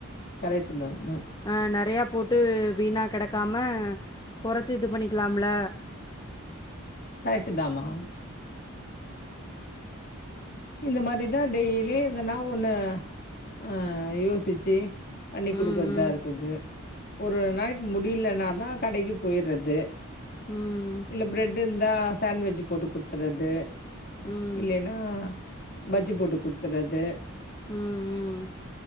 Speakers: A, on the left; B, on the left.
A: கரெக்ட் தா ம்
B: ஆ நெறையா போட்டு வீணாகிடக்காம கொறச்சி இது பண்ணிக்லாம்ல
A: கரெட்டுதாம்மா இந்த மாதிரி தா டெய்லியே எதனா ஒன்னு ஆ யோசிச்சு பண்ணி கொடுக்கறதா
B: ம் ம்
A: இருக்து ஒரு ஒரு நாளைக்கு முடிலனாதா கடைக்கு போயிட்றது
B: ம்
A: இல்ல பிரெட் இருந்தா சாண்ட்வெஜ் போட்டு குடுத்துறது
B: ம்
A: இல்லனா பஜ்ஜி போட்டு குடுத்றது
B: ம் ம்